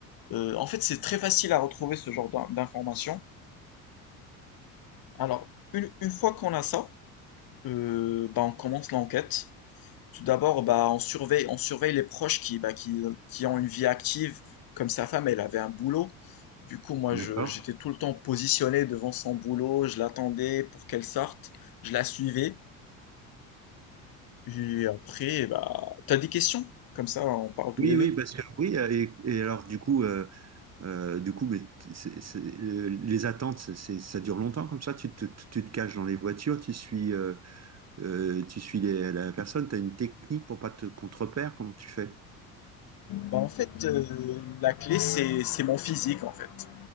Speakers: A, on the left; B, on the right.
A: Euh, en fait, c'est très facile à retrouver ce genre d'in- d'informations. Alors, une, une fois qu'on a ça, euh, bah, on commence l'enquête. Tout d'abord, bah, on surveille, on surveille les proches qui, bah, qui, qui ont une vie active, comme sa femme, elle avait un boulot. Du coup, moi,
B: D'accord.
A: je- j'étais tout le temps positionné devant son boulot, je l'attendais pour qu'elle sorte, je la suivais. Et après, bah, t'as des questions? Comme ça, on parle tous
B: Oui,
A: les deux.
B: oui, parce que oui, euh, et, et alors du coup, euh, Euh, du coup, mais c'est- c'est- le- les attentes, c'est- c'est- ça dure longtemps comme ça. Tu te, tu te caches dans les voitures, tu suis, euh, euh, tu suis les- la personne. Tu as une technique pour pas te contrepère. Comment tu fais?
A: Bah, en fait, heu, la clé, c'est c'est mon physique, en fait.